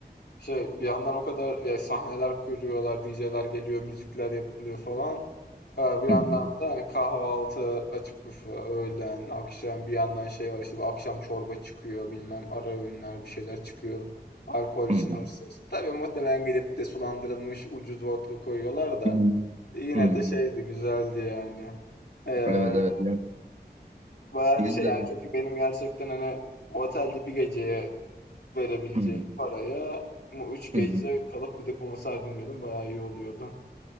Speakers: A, on the left; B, on the right.
A: Şey bir yandan o kadar ya sahneler kuruyorlar, DJ'ler geliyor, müzikler yapılıyor falan. Ee, bir yandan
B: hı hı,
A: da hani kahvaltı, açık büfe, öğlen, akşam bir yandan şey var işte bir akşam çorba çıkıyor, bilmem ara öğünler bir şeyler çıkıyor. Alkol sınırsız.
B: hı hı,
A: Tabii muhtemelen gelip de sulandırılmış ucuz vodka koyuyorlar da
B: hı hı,
A: yine
B: hı hı.
A: de şeydi güzeldi yani. Ee,
B: Evet evet ya
A: bayağı hani
B: biz
A: şey
B: de
A: yani
B: mi?
A: çünkü benim gerçekten hani otelde bir geceye Verebileceğim
B: Hı hı,
A: paraya bu üç gece
B: hı hı.
A: kalıp bir de konser dinliyordum. Bayağı iyi oluyordu.